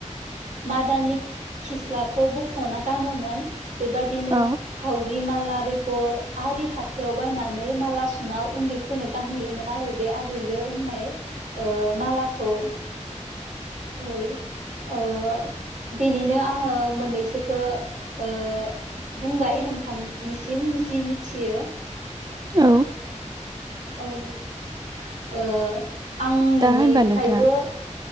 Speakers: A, on the right (about 80°); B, on the right (about 30°).
A: मादानि खि खिस्लाखौ बखना गानोमोन। बेबादिनो
B: औ
A: खावरि माला बे गर आरि हाथायाव बायनानै माला सुना उन्दैफोरनो गानहैयोमोन आरो बे आबैलो होननाय। ओ मालाखौ औ ओ बेनिनो आङो मोननैसोखौ ओ बुंबाय नोंथांनिसिम जि मिथियो।
B: औ।
A: औ। ओ आं नोंनिफ्रायबो
B: दा होनबा नोंथां